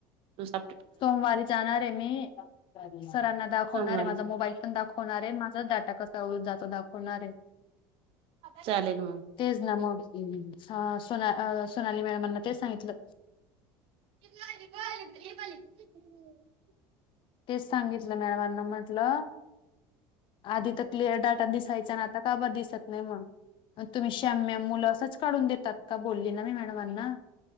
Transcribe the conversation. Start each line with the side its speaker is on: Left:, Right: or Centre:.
Right: तू स
Left: सोमवारी जाणार आहे मी सरांना दाखवणार
Right: सोमवारी
Left: आहे माझा मोबाईल पण दाखव दाखवणार आहे माझा डाटा कसा ओळून जातो दाखवणार आहे
Right: चालेल मग
Left: तेच ना मग सोना सोनाली मॅडमांना तेच सांगितलं
Right: ग
Left: तेच सांगितलं मॅडमांना म्हटलं आधी तर क्लिअर डाटा दिसायचा ना आता काब दिसत नाही म्हणून ग तुम्ही श्याम मुलं असंच काढून देतात का बोलली ना मी मॅडमांना